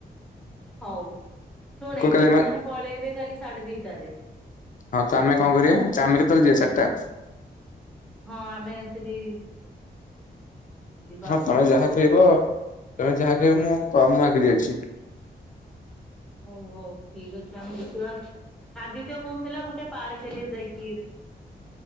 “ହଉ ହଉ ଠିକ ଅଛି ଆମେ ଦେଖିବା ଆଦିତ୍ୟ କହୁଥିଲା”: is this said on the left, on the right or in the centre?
Centre